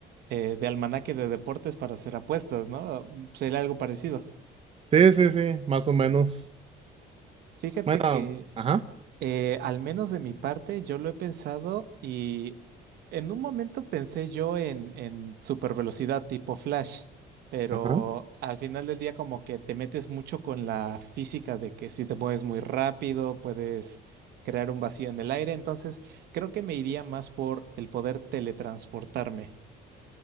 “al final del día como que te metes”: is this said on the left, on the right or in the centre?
Right